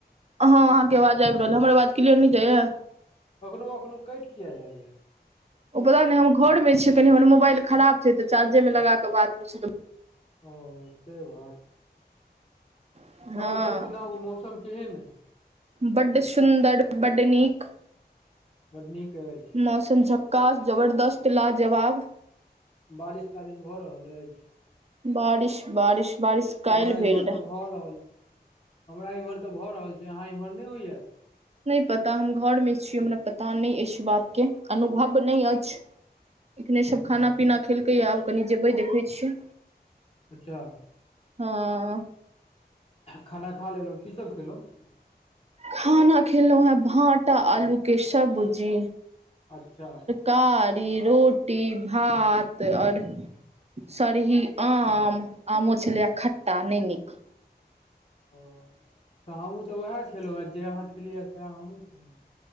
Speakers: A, on the right; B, on the left.
A: अहाँके आवाज आबि रहल ये हमर आवाज क्लियर नहि जाइये
B: कखनो कखनो कटि किया जाइए
A: ओ पता नहि हम घर मे छियै कनि हमर मोबाइल खराब छै तऽ चार्जे मे लगा कऽ बात होइ छै
B: ओ से बात
A: तऽ हँ
B: आओर सब सुनाबु मौसम केहन अय
A: बड्ड सुन्दर बड्ड नीक
B: बड्ड नीक अछि।
A: मौसम झक्कास जबरदस्त लाजबाब
B: बारिश तारिश भऽ रहल अछि
A: बारिश बारिश बारिश काल्हि
B: हमरा
A: भेल
B: इम्हर
A: रहै
B: तऽ भऽ रहल छै हमरा इमहर तऽ भऽ रहल छै अहाँ इम्हर नहि होइये।
A: नहि पता हम घर मे छी हमरा पता नहि अछि बात के अनुभव नहि अछि एखने सभ
B: अच्छा
A: खाना पीना खेलकैए आब कनि जेबै देखै छियै
B: अच्छा
A: हँ
B: खाना खा लेलहुँ की सब खेलहुँ
A: खाना खेलौं हें भाँटा आलू के सब्जी
B: अच्छा
A: कारी रोटी भात आओर सरही आम आमो छलैये खट्टा नहि नीक
B: ओ तऽ हमहूँ तऽ उएह खेलौं हें जे अहाँ खेलियै सएह हमहूँ खेलहुँ हें